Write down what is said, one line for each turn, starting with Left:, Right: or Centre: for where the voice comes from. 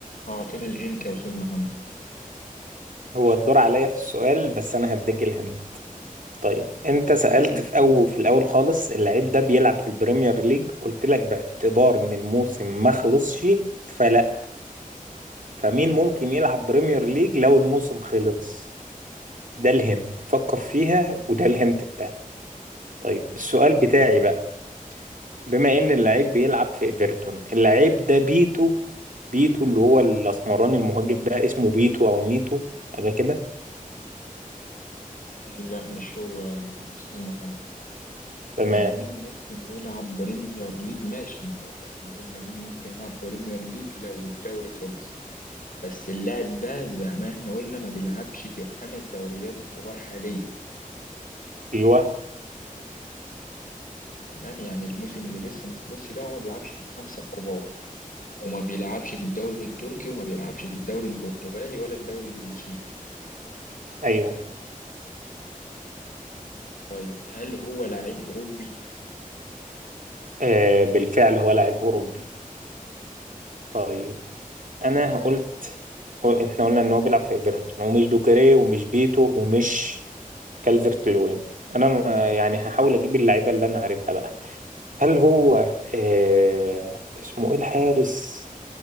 Left: أعطيني الهنت يا أستاذ محمد
Right: هو الدور عليا في السؤال بس انا هديك الهند طيب انت سألت في اول في الاول خالص اللعيب ده بيلعب في البريمير ليج قلت لك باعتبار ان الموسم ما خلصش فلا فمين ممكن يلعب بريمير ليج لو الموسم خلص ده الهند فكر فيها وده الهند بتاعك طيب السؤال بتاعي بقى بما ان اللعيب بيلعب في ايفرتون اللعيب ده بيتو بيتو اللي هو الاسمراني المهاجم ده اسمه بيتو او نيتو حاجه كده
Left: لا مش هو يا أستاذ محمد آه،
Right: تمام
Left: مين ممكن يلعب بريمير ليج ماشي ما هو إحنا قلنا مين ممكن يلعب بريمير ليج لو الدوري خلص بس اللاعب ده زي ما إحنا قلنا ما بيلعبش في الخمس دوريات الكبار حاليا
Right: ايوه
Left: تمام يعني الموسم اللي لسه ما خلصش ده هو ما بيلعبش في الخمسة الكبار وما بيلعبش في الدوري التركي وما بيلعبش في الدوري البرتغالي ولا الدوري البلجيكي
Right: ايوه
Left: طيب هل هو لاعب أوروبي؟
Right: آه بالفعل هو لاعب أوروبي طيب أنا قلت إحنا قلنا إن هو بيلعب في إيفرتون ومش دوكري ومش بيتو ومش كالفرت لوين أنا ما- يعني هحاول أجيب اللعيبة اللي أنا عارفها بقى هل هو آه اسمه إيه الحارس